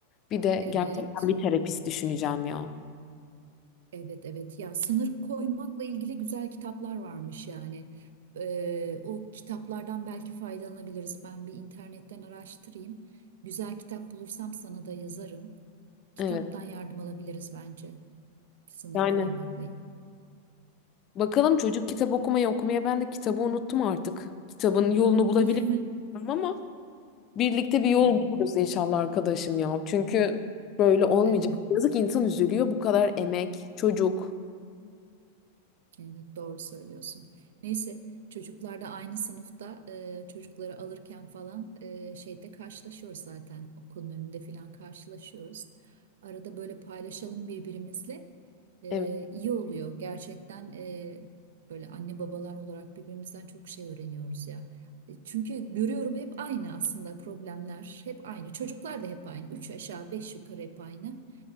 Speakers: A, on the left; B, on the right.
A: Bir de
B: Evet.
A: gerçekten bir terapist düşüneceğim ya.
B: Evet evet ya sınır koymakla ilgili güzel kitaplar varmış yani. Ee, o kitaplardan belki faydalanabiliriz. Ben bir internetten araştırayım. Güzel kitap bulursam sana da yazarım. Kitaptan
A: Evet.
B: yardım alabiliriz bence sınır
A: Yani
B: koymakla ilgili.
A: bakalım çocuk kitap okumayı okumaya ben de kitabı unuttum artık. Kitabın yolunu bulabilir
B: <laughs>
A: miyim ama birlikte bir yol
B: Hmm,
A: buluruz inşallah arkadaşım ya. Çünkü böyle olmayacak.
B: Evet.
A: Yazık insan üzülüyor bu kadar emek, çocuk.
B: Evet doğru söylüyorsun. Neyse çocuklar da aynı sınıfta e, çocukları alırken falan e, şeyde karşılaşıyoruz zaten okulun önünde falan karşılaşıyoruz. Arada böyle paylaşalım birbirimizle E,
A: Evet,
B: iyi oluyor. Gerçekten e, böyle anne babalar olarak birbirimizden çok şey öğreniyoruz ya. E, Çünkü görüyorum hep aynı aslında problemler hep aynı. Çocuklar da hep aynı. Üç aşağı beş yukarı hep aynı